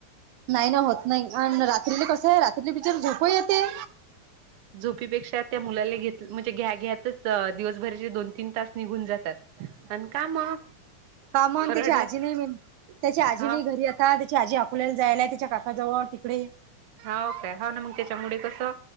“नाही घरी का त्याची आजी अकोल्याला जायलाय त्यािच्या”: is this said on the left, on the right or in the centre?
Right